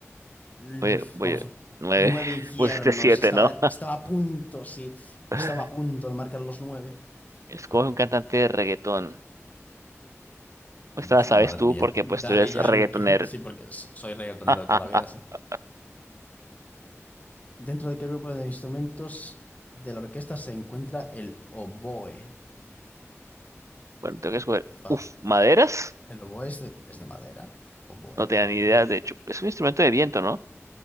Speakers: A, on the left (about 30°); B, on the right (about 80°).
A: Luf,
B: voy, voy-
A: Vamos,
B: nueve.
A: nueve infiernos.
B: <laughs> Pusiste siete,
A: Estaba,
B: ¿no?
A: estaba a punto, sí.
B: <laughs>
A: Estaba a punto de marcar los nueve.
B: Escoge un cantante de reggaetón. Pues
A: Uf,
B: te la sabes
A: madre
B: tú
A: mía.
B: porque
A: Daddy
B: pues tú eres
A: Yankee.
B: reggaetonero.
A: <laughs> Sí, porque so- soy reggaetonero
B: <laughs>
A: de toda la vida, sí. Dentro de qué grupo de instrumentos de la orquesta se encuentra el oboe.
B: Bueno, tengo que escoger.
A: Faz.
B: Uf, maderas.
A: ¿El oboe es de, es de madera? ¿Oboe?
B: No tenía ni idea. De hecho, es un instrumento de viento, ¿no?